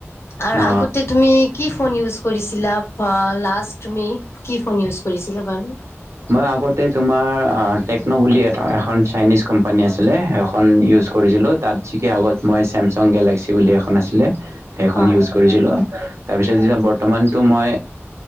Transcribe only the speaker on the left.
আৰু
আগতে তুমি কি ফোন ইউজ কৰিছিলা ফ লাষ্ট তুমি কি ফোন ইউজ কৰিছিলা বাৰু?
হয়